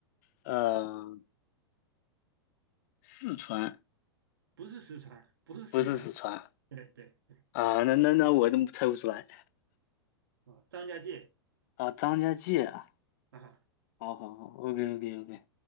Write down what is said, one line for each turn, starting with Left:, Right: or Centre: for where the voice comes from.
Left: 呃，四川
Right: 不是四川，不是四川，
Left: 不是四川
Right: 对对对
Left: 啊，那那那我怎么猜不出来
Right: 哦，张家界
Left: 啊，张家界啊，
Right: 啊
Left: 好好好，OK OK OK，